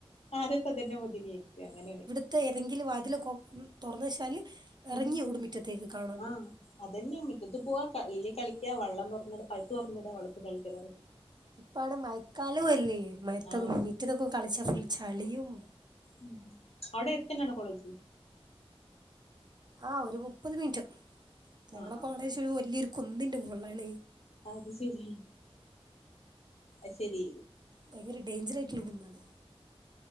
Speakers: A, on the left (about 80°); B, on the right (about 45°).
A: ആദ്യത്ത തന്നെ മതിന്നെരിക്ക അങ്ങനെയാണ്.
B: ത്തെ ഏതെങ്കിലും വാതിലൊക്കെ തുറന്ന് വെച്ചാല് ഇറങ്ങി
A: ഉം
B: ഓടും മിറ്റത്തേക്ക് കാണാണ്ട്
A: ആഹ് അതന്നെ മിറ്റത്ത് പോവാ കല്ല് കളിക്കാ വള്ളം തുറന്നെടാ പൈപ്പ് തൊറന്ന്ടാ വള്ളത്ത് കളിക്കാ ഇതെന്നെ പണി.
B: ഇപ്പാണ് മഴക്കാലോ അല്ലേ മഴത്തൊക്കെ
A: ആഹ്
B: മിറ്റത്തൊക്കെ കളിച്ചാ ഫുൾ ചളിയും
A: ഉം അഒടെടുത്തന്നാണോ കോളേജ്?
B: ആഹ് ഒരു മുപ്പത് മിനിറ്റാവും ഞങ്ങളെ
A: ആഹ് ആഹ്
B: കോളേജ് ഒരു വല്യരു കുന്നിൻ്റെ മുകളാണ്.
A: അത് ശരി ഐ ശരി
B: ഭയങ്കര ഡേയ്ഞ്ചർ ആയിട്ട്ള്ള ഒരു കുന്നാണ്.